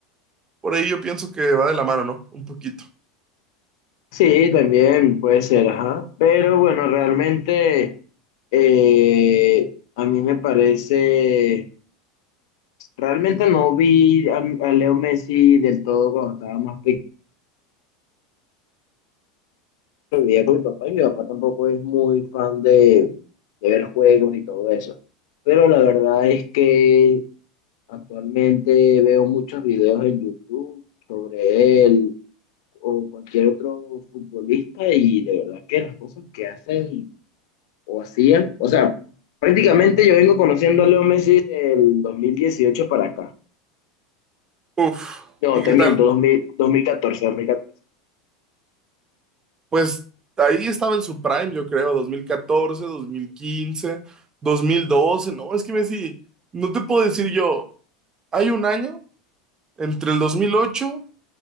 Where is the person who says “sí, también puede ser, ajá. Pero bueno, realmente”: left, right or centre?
Left